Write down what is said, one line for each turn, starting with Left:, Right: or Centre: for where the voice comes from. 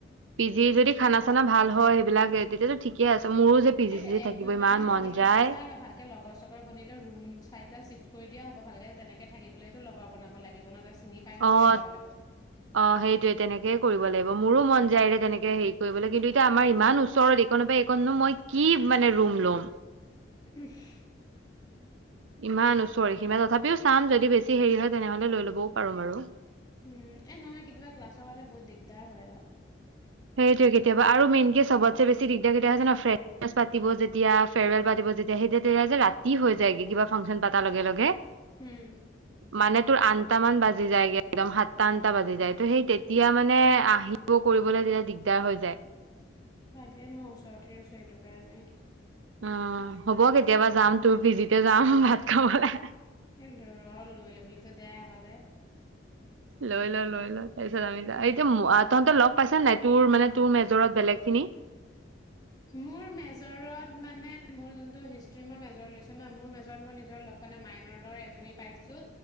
Right: পি জি যদি খানা চানা ভাল হয়, সেইবিলাক তেতিয়াটো ঠিকে আছে। মোৰো যে পি
Left: সেইটো
Right: জি চি জি
Left: এক
Right: থাকিব
Left: দুইমাহ
Right: ইমান
Left: মান
Right: মন
Left: থাকি পেলাই
Right: যায়
Left: তাত চাই ল ভালকে লগৰ চৰ বনিলে ৰুম চাই পেলাই চিফ কৰি দিয়া হ'ব ভালকে, তেনেকৈ থাকি পেলাইতো লগৰ বনাব লাগিব ন চিনি পাই ল'ব
Right: অ',
Left: লাগিব আগতে বস্তু।
Right: অ', সেইটোয়ে তেনেকেই কৰিব লাগিব। মোৰো মন যায় ৰে তেনেকে হেৰি কৰিবলৈ। কিন্তু এতিয়া আমাৰ ইমান ওচৰত এইকণৰ পৰা এইকণনো মই কি মানে ৰুম লম।
Left: উহ্।
Right: ইমান ওচৰ এইখিনিৰ পৰা। তথাপিও চাম, যদি বেছি হেৰি হয়, তেনেহলে লৈ লবও পাৰোঁ বাৰু।
Left: উম, এ নহয় কেতিয়াবা ক্লাছৰ কাৰণে বহুত দিগদাৰ হয় অ।
Right: সেইটোৱেইটো, কেতিয়াবা আৰু মেইন কে চবতচে বেছি দিগদাৰ কেটিয়া হয় জান, ফ্ৰেচাৰ্ছ পাতিব যেতিয়া, ফেয়াৰৱেল পাতিব যেতিয়া, সেই তেতিয়া যে ৰাতি হৈ যায়গে কিবা ফাংচন পাতাৰ লগে লগে।
Left: হম।
Right: মানে তোৰ আনটা মান বাজি যায়গে একদম সাতটা আনটা বাজি যায় ত সেই তেতিয়া মানে আহিব কৰিবলৈ দিলে। দিগদাৰ হৈ যায়।
Left: ভালে মই ওচৰততে লৈছো সেইটো কাৰণে।
Right: অ, হ'ব কেতিয়াবা যাম তোৰ পিজিতে যাম ভাত খাবলৈ।
Left: এই ৰ লৈ ল'বলৈতো দে আগতে।
Right: লৈ, ল, লৈ, ল তাৰপিছত আমি য এতিয়া তহঁতে লগ পাইছ ন নাই তোৰ মানে তোৰ মেজৰত বেলেগ খিনি।
Left: মোৰ মেজৰত মানে মোৰ যোনটো হিষ্ট্ৰী মই মেজৰ লৈছো ন, মোৰ মেজৰ মই নিজৰ লগ মানে মাইনৰৰ এজী পাইছো।